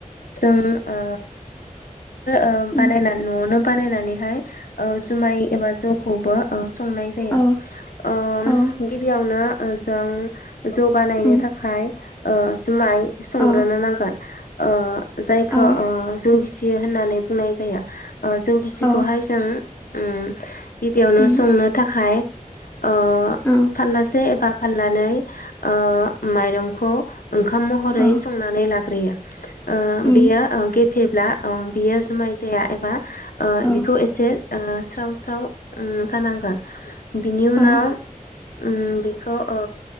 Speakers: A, on the left; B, on the left.
A: जों ओ ओ बानायना
B: उम
A: न'आवनो बानायनानैहाय ओ जुमाय एबा जौखौबो ओ संनाय जायो
B: औ
A: ओ
B: औ
A: गिबियावनो ओजों जौ बानायनो
B: उम
A: थाखाय <unintelligible> जुमाय संग्रोनो
B: औ
A: नांगोन ओ जायखौ
B: औ
A: ओ जौगि सि होननानै बुंनाय जायो ओ जौ गिसिखौहाय
B: औ
A: जों उम गिबियावनो
B: उम
A: संनो थाखाय ओ
B: औ
A: फारलासे एबा फाललानै ओ माइरंखौ ओंखाम महरै
B: औ
A: संनानै ला ग्रोयो ओ
B: उम
A: बेयो ओ गेफे ब्ला ओ बियो जुमाय जाया एबा ओ
B: औ
A: बिखौ एसे ओ स्राव स्राव उम जानांगोन <inaudible> बिनि उनाव
B: औ
A: उम बेखौ ओ